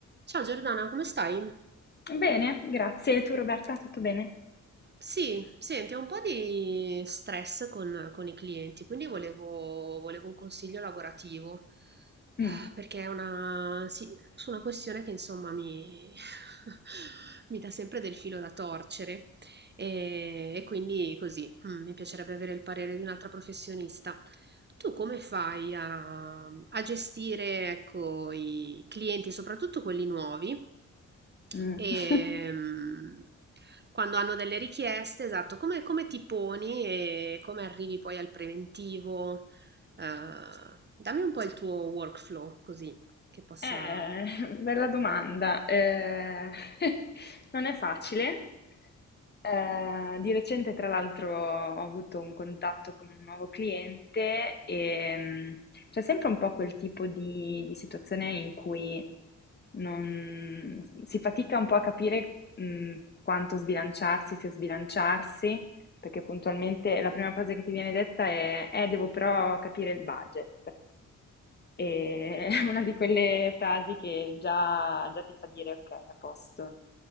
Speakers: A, on the right; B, on the left.
A: Ciao Giordana, come stai?
B: Bene, grazie. E tu Roberta, tutto bene?
A: Sì, senti, ho un po' di stress con, con i clienti, quindi volevo, volevo un consiglio lavorativo,
B: Mm,
A: eh, perché è una, sì, su una questione che insomma mi, <laughs> mi dà sempre del filo da torcere e, e quindi così, mm, mi piacerebbe avere il parere di un'altra professionista. Tu come fai a, a gestire, ecco, i clienti, soprattutto quelli nuovi?
B: mm.
A: Ehm,
B: <laughs>
A: quando hanno delle richieste, esatto, come, come ti poni e come arrivi poi al preventivo? Eh, dammi un po' il tuo workflow, così che possa...
B: Eh, bella domanda. Eh, <laughs> non è facile. Eh, di recente, tra l'altro, ho avuto un contatto con un nuovo cliente e mm, c'è sempre un po' quel tipo di, di situazione in cui non- si fatica un po' a capire, mm, quanto sbilanciarsi, se sbilanciarsi. Perché puntualmente la prima frase che ti viene detta è: Eh, devo però capire il budget. E <laughs> è una di quelle frasi che già, già ti fa dire: Ok, a posto,